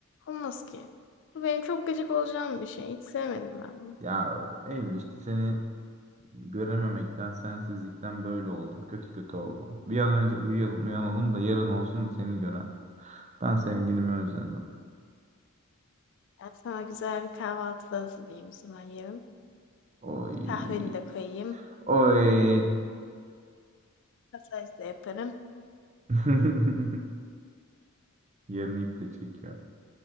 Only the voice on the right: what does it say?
Ya Eylül işte seni Görememekten, sensizlikten böyle oldum. Kötü kötü oldum. Bir an önce uyuyalım, uyanalım da yarın olsun da seni gören. Ben sevgilimi özledim.
Oy.
Oy.
<laughs> Yarını iple çekiyorum.